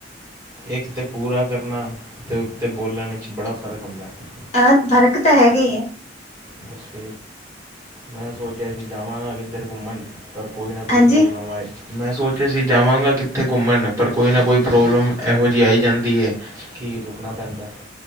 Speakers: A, on the right; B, on the left.
A: ਇੱਕ ਤੇ ਪੂਰਾ ਕਰਨਾ ਤੇ ਉੱਤੇ ਬੋਲਣ ਵਿੱਚ ਬੜਾ ਫ਼ਰਕ ਹੁੰਦਾ ਏ।
B: ਅਹ ਫ਼ਰਕ ਤਾਂ ਹੈਗਾ ਈ ਐ।
A: ਬ ਫ ਮੈਂ ਸੋਚਿਆ ਸੀ ਜਾਵਾਂਗਾ ਕਿੱਧਰ ਘੁੰਮਣ। ਪਰ ਕੋਈ ਨਾ ਕੋਈ
B: ਹਾਂਜੀ।
A: ਪ੍ਰੋਬਲਮ ਆਏ ਮੈਂ ਸੋਚਿਆ ਸੀ ਜਾਵਾਂਗਾ ਕਿੱਥੇ ਘੁੰਮਣ ਪਰ ਕੋਈ ਨਾ ਕੋਈ ਪ੍ਰੋਬਲਮ ਇਹੋ ਜਿਹੀ ਆਈ ਜਾਂਦੀ ਐ। ਕੀ ਰੁਕਣਾ ਪੈਦਾ।